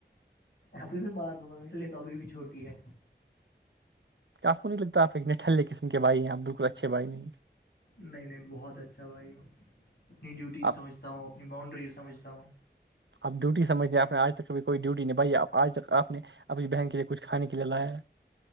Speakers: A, on the left (about 65°); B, on the right (about 85°).
A: ابھی میں مار دوں گا میرے لیے تو ابھی بھی چھوٹی ہے
B: آپ کو نہیں لگتا آپ اتنے ٹھے قسم کے بھائی ہیں آپ بالکل اچھے بھائی نہیں ہیں
A: نہیں نہیں بہت اچھا بھائی اپنی ڈیوٹی
B: آپ
A: سمجھتا ہوں اپنی باؤنڈری سمجھتا ہوں
B: آپ ڈیوٹی سمجھ د آپ نے آج تک ک بھیھی کوئی ڈیوٹی نہیں بھائیپ آج تک آپ نے اب اس بہن کے لیے کچھان کے لیے لایا ہے